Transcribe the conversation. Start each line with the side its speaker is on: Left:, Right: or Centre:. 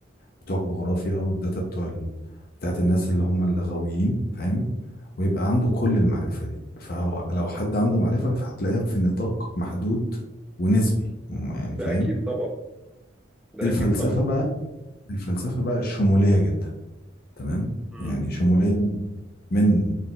Left: بتوع الجغرافيا والداتا بتوع ال... بتاعت الناس اللي هم الغاويين فاهم ويبقى عنده كل المعرفة دي فهو لو حد عنده معرفة فهتلاقيها في نطاق محدود ونسبي يعني فاهم
Centre: ده أكيد طبعا ده
Left: الفلسفة
Centre: أكيد طبعا
Left: بقى الفلسفة بقى شمولية جدا تمام
Centre: مم.
Left: يعني شمولية من